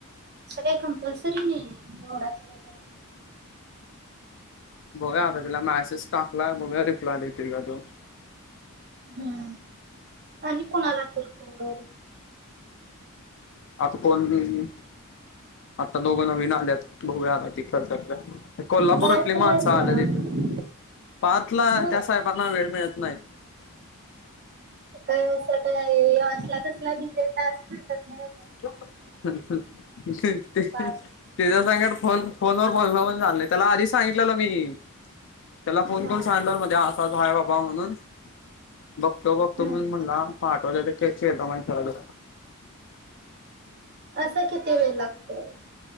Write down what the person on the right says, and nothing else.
असं काही कंपल्सरी नाही आहे. थोडाच वेळ करणार.
हं आणि कोणाला तर बोलवं.
बार तुला
सांग
होय
काय असं काय ह्यो असला- कसला बिजी तास भेटंत नाही व्हय.
बास होते.
हा
हम्म
असं किती वेळ लागतोय.